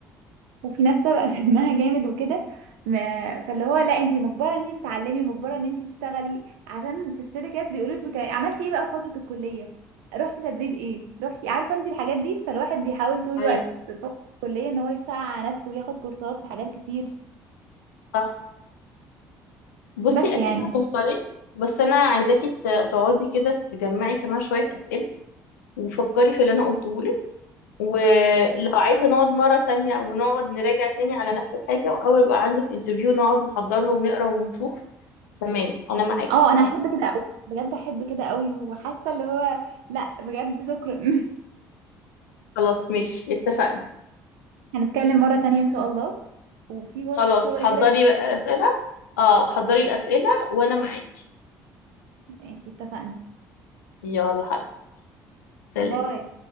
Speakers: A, on the right (about 75°); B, on the left (about 80°).
A: وفي ناس سابقه <laughs> سنها جامد وكده ما- فاللي هو لا انت مجبره ان انت تتعلمي مجبره ان انت تشتغلي عشان في الشركات بيقولوا لك بتاع... عملتي ايه بقى في فتره الكليه رحتي تدريب ايه رحتي عارفه انت الحاجات دي فالواحد بيحاول طول الوقت
B: ايوه
A: في فتره الكليه ان هو يشتغل على نفسه وياخد كورسات في حاجات كتير
B: صح بصي
A: بس
B: اكيد
A: يعني
B: هتوصلي بس انا عايزاكي ت- تقعدي كده تجمعي كمان شويه اسئله وفكري في اللي انا قلته ولو عايزة نقعد مرة تانية ونقعد نراجع تاني على نفس الحاجة أو يبقى عندك انترفيو نقعد نحضر له ونقرا ونشوف تمام أنا معاكي
A: اه انا احب كده قوي بجد احب كده قوي وحاسه اللي هو لا بجد شكرا <laughs>
B: خلاص ماشي اتفقنا
A: هنتكلم مرة تانية إن شاء الله وفي فرصة
B: خلاص
A: شغل
B: حضري
A: كده
B: بقى أسئلة اه حضري الأسئلة وأنا معاكي
A: ماشي اتفقنا
B: يلا حبيبي سلام
A: باي